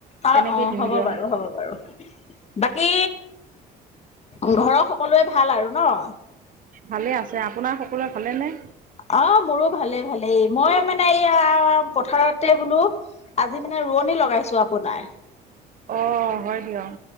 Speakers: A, on the right (about 55°); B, on the left (about 40°).
A: তেনেকেই
B: অ অ,
A: দিম
B: হ'ব
A: দিয়ক,
B: বাৰু হ'ব বাৰু। বাকী ঘৰ সকলোৰে ভাল আৰু ন?
A: ভালেই আছে। আপোনাৰ সকলোৱে ভালে নে?
B: অ মোৰো ভালে ভালেই। মই মানে এইয়া পথাৰতে বোলো আজি মানে ৰোৱনী লগাইছো আপোনাৰ।
A: অ, হয় দিয়ক।